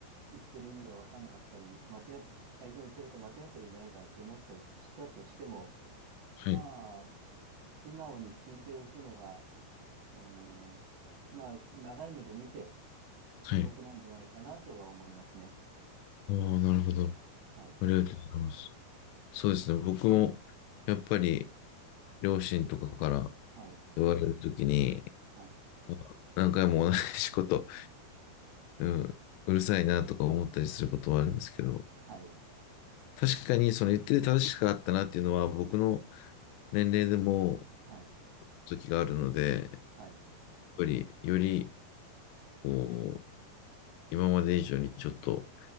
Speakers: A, on the right; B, on the left.
A: 言ってる意味が分かんなかったり、間違っ、相手の言ってること間違ってるんじゃないかなって思ったりしたとしても、
B: はい。
A: まあ、素直に聞いておくのが、うーん、まあ、長い目で見て
B: はい。
A: お得なんじゃないかなとは思いますね。
B: おー、なるほど。
A: はい、
B: ありがとうございます。そうですね。僕も、やっぱり、両親とかから
A: はい、
B: 言われるときに、
A: はい、
B: あ何回も同じこと、うん、うるさいなとか思ったりすることはあるんですけど、
A: はい、
B: 確かに、その言ってて正しかったなっていうのは、僕の年齢でも、
A: はい、
B: 時があるので、やっ
A: はい、
B: ぱり、より、こう、今まで以上にちょっと、